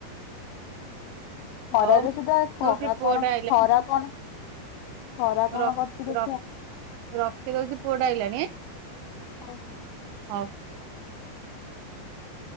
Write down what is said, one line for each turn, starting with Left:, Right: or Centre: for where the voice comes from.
Left: ଖରାରେ
Right: ହଉ ମୁଁ
Left: ସୁଧା ଖରା
Right: ଦଉଛି ପୁଅଟା
Left: କଣ, ଖରା କଣ, ଖରା
Right: ହୋଉ
Left: କଣ
Right: ରଖ୍,
Left: କରୁଛି ଦେଖିବା
Right: ରଖ୍, ରଖିଦଉଛି ପୁଅଟା ଆଇଲାଣି।
Left: ହଉ ହଉ।
Right: ହଉ।
Left: ହୁଁ <inaudible>